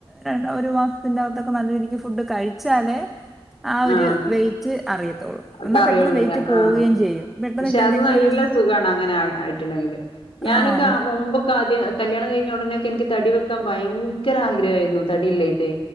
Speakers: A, in the centre; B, on the left (about 65°).
A: രൺ ഒരു മാസത്തിന്റെകത്തൊക്കെ നല്ല രീതിക്ക് ഫുഡ് കഴിച്ചാലേ ആ ഒരു
B: ആഹ്
A: വെയ്റ്റ് അറിയത്തുള്ളൂ എന്നാ
B: കറിയുള്ളൂല്ലേ
A: പെട്ടെന്ന് വെയിറ്റ് പോവുകയും
B: ആഹ്
A: ചെയ്യും പെട്ടെന്ന്
B: പക്ഷെ
A: ഇപ്പ എന്തെങ്കിലും
B: അത് നല്ല
A: ഒരു
B: സുഖാണ് അങ്ങനെ ആ ആയിട്ടുണ്ടെങ്കില് ഞാനൊക്കെ
A: ആ ഉം
B: മുമ്പൊക്കെ ആദ്യം കല്യാണം കഴിഞ്ഞ ഉടനെക്കെ എനിക്ക് തടി വെക്കാൻ ബയ്ങ്കര ആഗ്രഹാരുന്നു തടിയില്ലെയിട്ട്